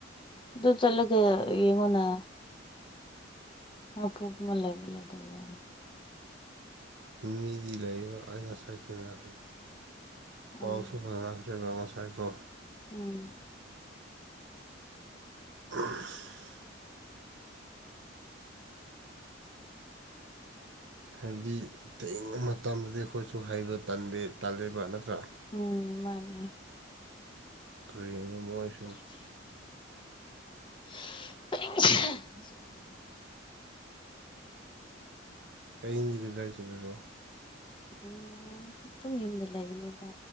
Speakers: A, on the left; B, on the right.
A: ꯑꯗꯨ ꯆꯠꯂꯒ ꯌꯦꯡꯉꯣꯅ꯫ ꯑꯄꯣꯛꯄ ꯂꯩꯕ꯭ꯔꯥ ꯂꯩꯇꯕ꯭ꯔꯥ?
B: ꯃꯤꯗꯤ ꯂꯩꯌꯦꯕ ꯑꯩ ꯉꯁꯥꯏ ꯊꯦꯡꯅꯈ꯭ꯔꯦ꯫ ꯄꯥꯎꯁꯨ
A: ꯎꯝ
B: ꯐꯧꯈ꯭ꯔꯦꯕ ꯉꯁꯥꯏꯀꯣ꯫
A: ꯎꯝ
B: <unintelligible> ꯍꯥꯏꯕꯗꯤ ꯇꯦꯡꯕ ꯃꯇꯝꯗꯗꯤ ꯑꯈꯣꯏꯁꯨ ꯍꯥꯕ ꯇꯟꯗꯤ ꯇꯜꯂꯦꯕ ꯅꯠꯇ꯭ꯔꯥ?
A: ꯎꯝ ꯃꯥꯟꯅꯦ
B: ꯀꯔꯤꯅꯣ ꯃꯣꯏꯁꯨ
A: <unintelligible>
B: ꯑꯌꯤꯡꯖꯤꯗ ꯀꯔꯥꯏ ꯆꯠꯂꯨꯏꯅꯣ
A: ꯎꯝ ꯑꯗꯨꯝ ꯌꯨꯝꯗ ꯂꯩꯒꯅꯤꯗ